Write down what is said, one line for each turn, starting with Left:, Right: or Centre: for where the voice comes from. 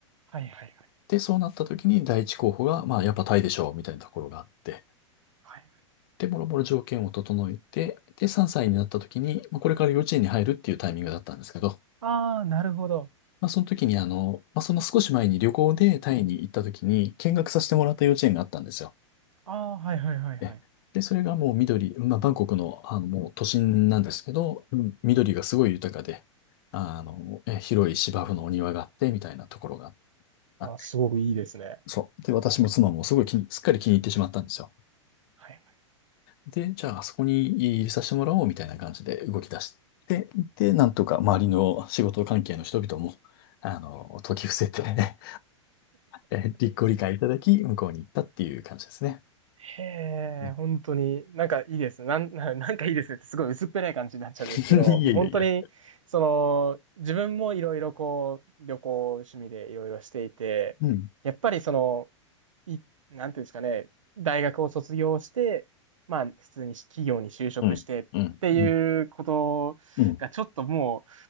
Right: はいはいはい。
Left: で、そうなった時に第一候補が、まあ、やっぱタイでしょう、みたいなところがあって、
Right: はいはい。
Left: で、もろもろ条件を整えて、で、3歳になった時に、まあ、これから幼稚園に入るっていうタイミングだったんですけど、
Right: ああ、なるほど。
Left: まあ、その時に、あの、まあ、その少し前に旅行でタイに行った時に見学させてもらった幼稚園があったんですよ。
Right: ああ、はいはいはいはい。
Left: えで、それがもう緑、まあ、バンコクの、あの、もう都心なんですけど、うん緑がすごい豊かで、あの、え、広い芝生のお庭があって、みたいなところがあって、
Right: ああ、すごくいいですね。
Left: そう。で、私も妻もすごい気に、すっかり気に入ってしまったんですよ。
Right: はいはい
Left: で、じゃあ、あそこに入れさせてもらおう、みたいな感じで動き出して、で、なんとか周りの仕事関係の人々も、あの、解き伏せて <laughs> えご理解いただき、向こうに行ったっていう感じですね。
Right: へえ、
Left: うん
Right: 本当に、なんかいいです。なん、<laughs> ななんかいいですねってすごい薄っぺらい感じになっちゃうんですけど、
Left: <laughs> いやいやいや。
Right: もう本当に、その、自分もいろいろこう、旅行趣味でいろいろしていて、
Left: うん。
Right: やっぱりその、い、なんていうんですかね、大学を卒業して、まあ、普通に企業に就職してっていうことが、
Left: うん。うん。うん。うん
Right: ちょっとも